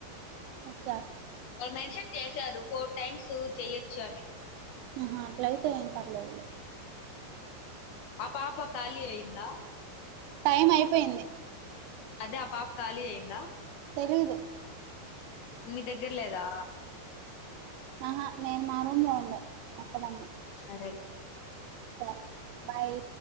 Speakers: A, on the right; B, on the left.
A: ఓక్క
B: వాళ్ళు మెన్షన్ చేశారు ఫోర్ టైమ్స్ చెయ్యొచ్చు అని
A: ఆహా అట్ల అయితే ఏం పర్లేదు
B: ఆ పాప ఖాళీ అయ్యందా
A: టైం అయిపోయింది
B: అదే ఆ పాప ఖాళీ అయ్యిందా
A: తెలీదు
B: మీ దగ్గర లేదా
A: ఆహా నేన్ మా రూం లో ఉండే ఒక్కదాన్నే
B: సరేల్
A: స బయ్